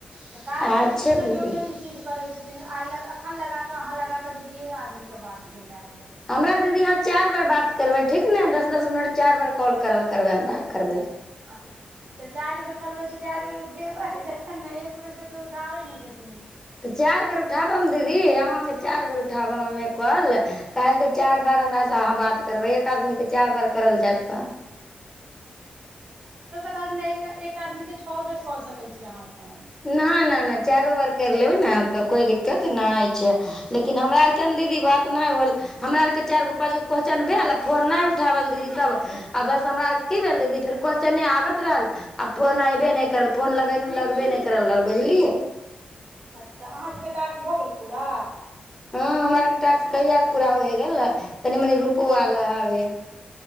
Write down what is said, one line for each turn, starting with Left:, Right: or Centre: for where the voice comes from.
Right: तऽ काल्हि
Left: अच्छा
Right: तऽ बुझियौ ने
Left: दीदी
Right: केओ नहि रिसीव करैत छै आई ल अखन लगााक अहा लगााक दुइये आदमी से बात भेल आ
Left: हमरा दीदी अहाँ चारि बार बात करबै ठीक ने दस दस मिनट चारि बार कॉल करल करबै हमरा करबै
Right: हँ तऽ तऽ चारि बेर करबै तऽ चारि बेर उठेबै तखन ने एक बेर तऽ केयो उठाबै नहि छै
Left: तऽ चारि बेर उठाबम दीदी अहाँके चारि बेर उठाबम हम कॉल काहे कें चारि बार हमरास अहाँ बात तऽ करबै एक आदमीके चार बार करल जात बा
Right: क एक एक आदमीके छओ बेर कऽ सकै छी अहाँ फोन
Left: न न नहि चारो बार कर लेबै न तऽ कोइ दिक्कत कतना
Right: अच्छा
Left: छै लेकिन हमरा आर के ने दीदी बात नहि होल हमरा आर के चारिगो पाँच गो क्वस्चन भेल फोन न उठावल दीदी सब आ बस हमरा आर की भेल दीदी फेर क्वेशचने आबत रहल आ फोन एबे नहि करल फोन लगेन लगबे नहि कर ल बुझलिऐ
Right: अच्छा अहाँसभके टास्क भऽ गेल पूरा
Left: ह हमरारके टास्क कहिया पूरा होय गेलैय कनि मनी रुपो आयल हबे